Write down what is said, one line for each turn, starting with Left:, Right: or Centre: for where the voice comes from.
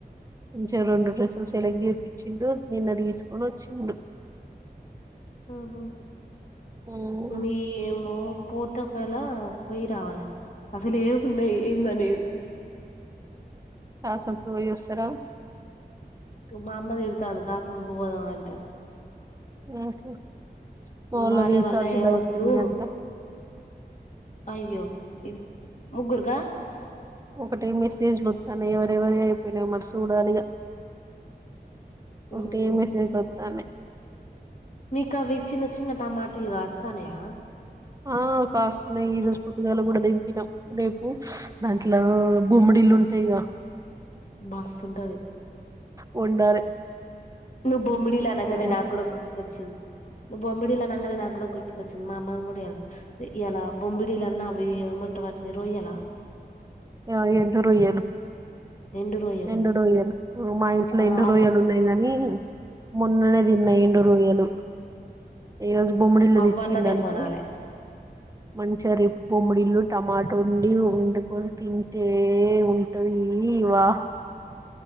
Right: మంచి రెండు డ్రెస్ సెలెక్ట్ చేపించిండు నిన్నదిసుకొని వచ్చిండు
Left: ఆ హా
Right: మ్మ్
Left: మీ ఏమో పోతే ఒకవేళ పోయి రావాలి అసలే ఏమున్నాయి ఏందనేది
Right: చ సంకు పోయి వస్తార
Left: మామ్మ తిడ్ తన కాసంకు పోదాం అంటే
Right: ఆహా మావోల్ల
Left: బాలే
Right: రీచార్జ్లు
Left: వల్ల ఏం
Right: అయిపోయినాయి
Left: వద్దు
Right: అంట
Left: అయ్యో ఇది ముగ్గుర్గా
Right: ఒకటిే మెసేజ్లుస్తాను ఎవరెవరి అయిపోయినా మరి చూడాలిగా ఒకటిే
Left: ఉహు
Right: మెసేజ్లు వత్తనై
Left: మీకు అవి చిన్న చిన్న టమాటిలు కాస్తానయా
Right: ఆ కాస్తున్నాయి ఈ రోజు పొద్దుగాల కూడా దెంపినం రేపు దాంట్లో బొమ్మడిల్లు ఉంటాయిగా
Left: బస్సు ఉంటది
Right: వండలే
Left: నువ్వు బొమిడిీ అనగానే
Right: వచ్చేటప్పుడు
Left: నాకు కూడా గుర్తుకొచ్చింది నువ్ బొమ్మిడిీలు అనగానే నాకు కూడా గుర్తు వచ్చింది మా అమ్మని కూడా ఎలా ఎలా బొమ్బిడి లన్న అవి ఏం అంటారు వాటిని రొయ్యల
Right: ఆ ఎండు రొయ్యలు
Left: ఎండు రొయ్యలు
Right: ఎండు రోయ్యలు మా ఇంట్లో
Left: ఆ
Right: ఎండు
Left: అవ్వ
Right: రోయ్యలు ఉన్నాయి గాని మొన్ననే తిన్న ఎండు రొయ్యలు ఈ రోజు బొమ్మడిలు
Left: అవ్వన్న
Right: తెచ్చిండనుకో
Left: తెమ్మనాలే
Right: మంచిగారిపు బొమ్మిడిలు టమాటో ఉండి వండుకొ తింతే ఉంటవి ఇవా